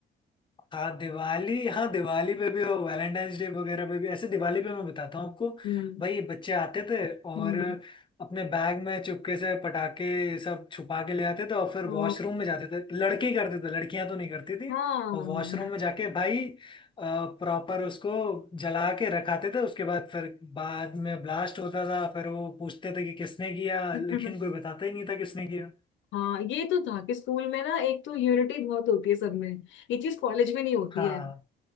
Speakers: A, on the left; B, on the left.
A: हाँ दिवाली हाँ दिवाली पे भी हो वैलेंटाइंस डे वगैरह पे भी ऐसे दिवाली पे मैं बताता हूँ आपको
B: हम्म
A: भाई ये बच्चे आते थे और
B: हम्म
A: अपने बैग में चुपके से पटाखे ये सब छुपा के ले आते थे और फिर
B: ओ
A: वॉशरूम में जाते थे लड़के ही करते थे लड़कियां तो नहीं करती थी
B: हाँ
A: और वॉशरूम में जाके भाई प्रॉपर उसको जला के रखाते थे उसके बाद फिर बाद में ब्लास्ट होता था फिर वो पूछते थे कि किसने किया
B: <laughs>
A: लेकिन कोई बताता ही नहीं था किसने किया
B: हाँ ये तो था कि स्कूल में ना एक तो यूनिटी बहुत होती है सब में ये चीज कॉलेज में नहीं होती
A: हाँ
B: है